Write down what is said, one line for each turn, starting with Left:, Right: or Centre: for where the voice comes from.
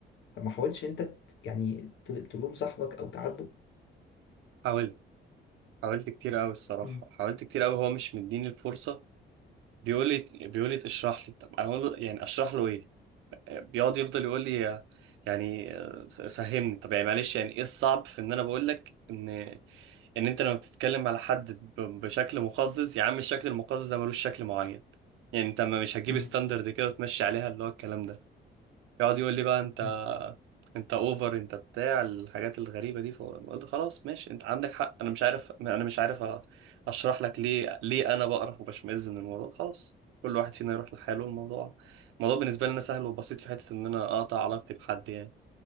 Left: فما حاولش انت ت- يعني ت- تلوم صاحبك او تعاتبه
Right: حاولت حاولت كتير قوي الصراحة
Left: مم.
Right: حاولت كتير قوي هو مش مديني الفرصة بيقول لي بيقول لي اشرح لي طب انا اقول له يعني اشرح له ايه بيقعد يفضل يقول لي يعني فهمني طب يعني معلش يعني ايه الصعب في ان انا بقول لك ان ان انت لما بتتكلم على حد ب- بشكل مقزز يا عم الشكل المقزز ده ملوش شكل معين يعني انت ما مش هتجيب
Left: مم.
Right: ستاندرد كده وتمشي عليها اللي هو الكلام ده يقعد يقول لي بقى انت
Left: مم.
Right: انت اوفر انت بتاع الحاجات الغريبه دي فقلت خلاص ماشي انت عندك حق انا مش عارف انا مش عارف أ- اشرح لك ليه ليه انا بقرف وبشمئز من الموضوع خلاص كل واحد فينا يروح لحاله الموضوع الموضوع بالنسبه لي انا سهل وبسيط في حته ان انا اقطع علاقتي بحد يعني